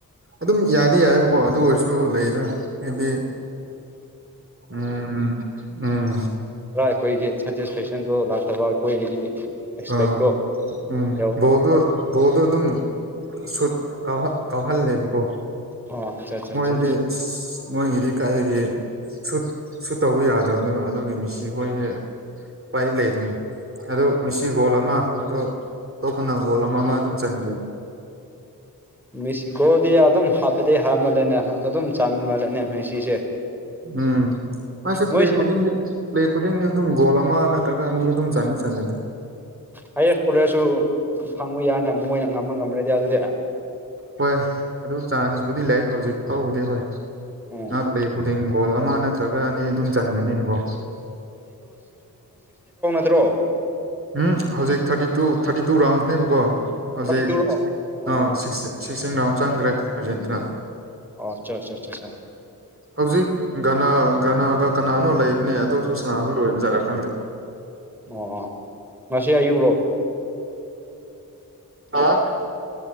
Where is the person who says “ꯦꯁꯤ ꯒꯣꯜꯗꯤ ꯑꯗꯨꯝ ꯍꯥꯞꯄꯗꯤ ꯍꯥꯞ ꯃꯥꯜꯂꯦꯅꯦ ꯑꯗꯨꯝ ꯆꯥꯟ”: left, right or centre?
Centre